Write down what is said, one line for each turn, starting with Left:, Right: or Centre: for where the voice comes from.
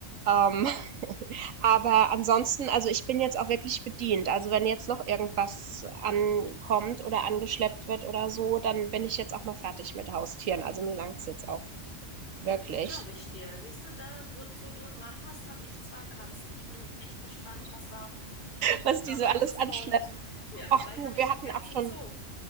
Right: Ähm, <laughs> aber ansonsten, also ich bin jetzt auch wirklich bedient. Also wenn jetzt noch irgendwas ankommt oder angeschleppt wird oder so, dann bin ich jetzt auch mal fertig mit Haustieren. Also mir langt's jetzt auch wirklich,
Left: Das glaube ich dir. Siehst du, da, wozu du einen Mann hast, habe ich zwei Katzen. Ich bin echt gespannt, was da
Right: was
Left: noch
Right: die so
Left: alles
Right: alles anschleppen.
Left: kommt. <laughs> Ja,
Right: Ach
Left: bald
Right: du,
Left: habe
Right: wir
Left: ich
Right: hatten
Left: einen ganzen
Right: auch schon
Left: Zoo.